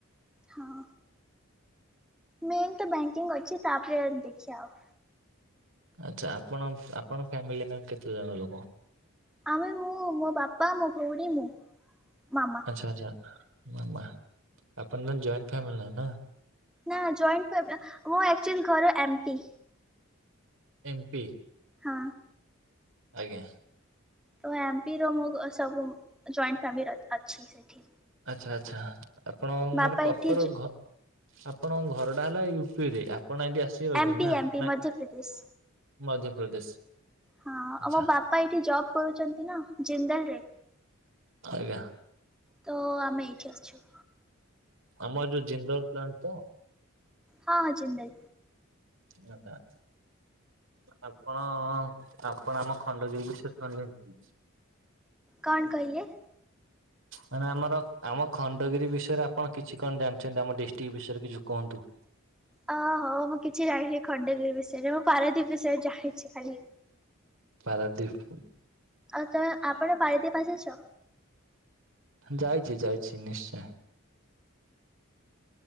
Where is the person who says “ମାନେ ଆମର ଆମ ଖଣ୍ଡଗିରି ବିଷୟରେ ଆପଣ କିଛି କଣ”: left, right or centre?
Right